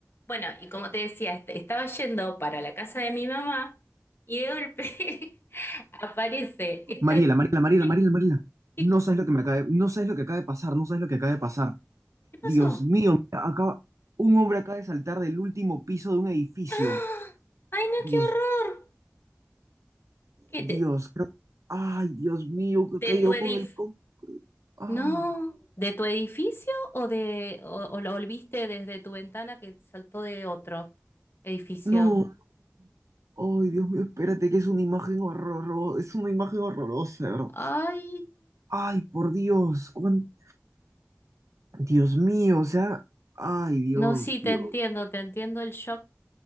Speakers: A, on the left; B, on the right.
A: Bueno, y como te decía, est- estaba yendo para la casa de mi mamá y de golpe <laughs> aparece esta...
B: Mariela, Mariela, Mariela,
A: ¿Qué,
B: Mariela, Mariela.
A: qué-
B: No sabes lo que me acaba de, no sabes lo que acaba de pasar, no sabes lo que acaba de pasar.
A: qué pasó?
B: Dios mío, mira, acaba, un hombre acaba de saltar del último piso de un edificio.
A: ¡Ah! ¡Ay, no,
B: Dios,
A: qué horror! ¿Qué,
B: Dios,
A: de,
B: creo- ay, Dios mío, que ha
A: de
B: caído
A: tu edif...
B: con el, co- ah,
A: No, ¿de tu edificio o de o, o lo o lo viste desde tu ventana que saltó de otro edificio?
B: no, ay, Dios mío, espérate, que es una imagen horrorosa, es una imagen horrorosa, de ¿verdad?
A: Ay,
B: Ay, por Dios, cuán- Dios mío, o sea, ay, Dios,
A: no, sí, te
B: Dios,
A: entiendo, te entiendo el shock.